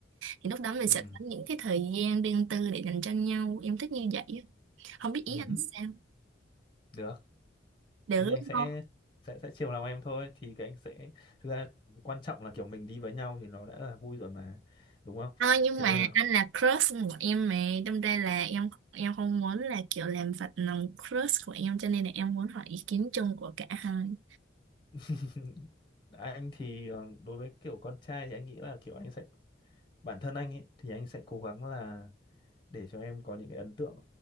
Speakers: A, on the right (about 80°); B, on the left (about 25°).
A: Thì lúc đó mình
B: ừ
A: sẽ có những cái thời gian riêng tư để dành cho nhau Em thích như vậy á. Không biết
B: ừ
A: ý anh sao
B: được
A: Được
B: thế thì anh sẽ
A: không?
B: sẽ sẽ chiều lòng em thôi thì cái anh sẽ thực ra quan trọng là kiểu mình đi với nhau thì nó đã là vui rồi mà đúng không
A: Ờ, nhưng
B: thế
A: mà
B: nên là
A: anh là crush của em mà đâm ra là em em không muốn là kiểu làm phật lòng crush của em cho nên là em muốn hỏi ý kiến chung của cả hai
B: <laughs> anh thì ờ, đối với kiểu con trai thì anh nghĩ là kiểu anh sẽ bản thân anh ấy thì anh sẽ cố gắng là để cho em có những cái ấn tượng